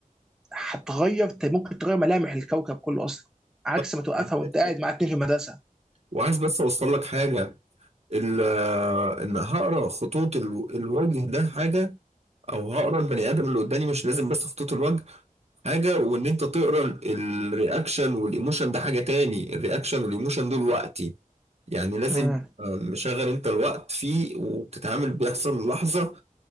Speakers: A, in the centre; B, on the right.
A: هتغير ممكن تغير ملامح الكوكب كله اصلا عكس
B: <laughs>
A: ما توقفها وانت قاعد مع اتنين في المدرسه
B: وعايز بس أوصل لك حاجة ال- إن هقرأ خطوط الو- الوجه ده حاجة أو هقرأ البني آدم اللي قدامي مش لازم بس خطوط الوجه حاجة وإن أنت تقرأ ال- الرياكشن والإيموشن ده حاجة تاني الرياكشن والإيموشن دول وقتي يعني لازم
A: مم.
B: آه، مشغل أنت الوقت فيه وبتتعامل بيحصل لحظة